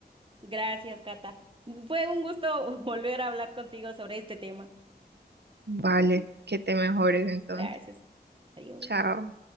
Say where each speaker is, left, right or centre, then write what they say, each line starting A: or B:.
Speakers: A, on the right; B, on the right.
A: Gracias, Cata. Fue un gusto <laughs> volver a hablar contigo sobre este tema.
B: Vale, que te mejores entonces.
A: Gracias. Adiós.
B: Chao.